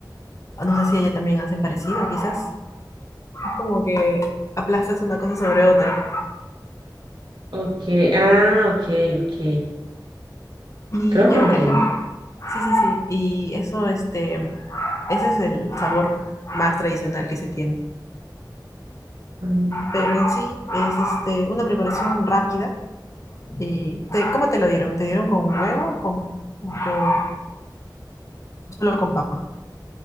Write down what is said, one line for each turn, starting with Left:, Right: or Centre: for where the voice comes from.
Left: no sé si allá también hacen parecido, quizás. Es como que aplastas una cosa sobre otra.
Right: Okay, ah, ok, ok,
Left: Y
Right: creo que
Left: yo,
Right: entiendo.
Left: por ejemplo, sí, sí, sí, y eso, este, ese es el sabor más tradicional que se tiene.
Right: Mm.
Left: Pero en sí es este, una preparación rápida. Y te- ¿cómo te lo dieron? ¿Te dieron con huevo o con, con- solo con papa?